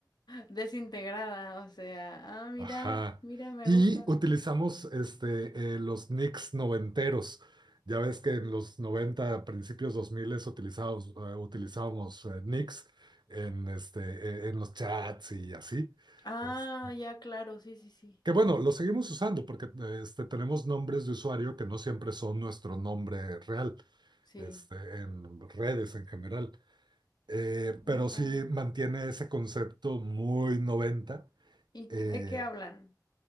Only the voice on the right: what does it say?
Ajá.
Y
utilizamos este, eh, los nicks noventeros. Ya ves que en los 90, principios 2000 utilizábamos, eh, utilizábamos eh, nicks en, este, eh, en los chats y así.
Es-
que bueno, lo seguimos usando porque eh, este, tenemos nombres de usuario que no siempre son nuestro nombre real,
este, en redes en general. Eh,
pero sí mantiene ese concepto muy 90.
eh,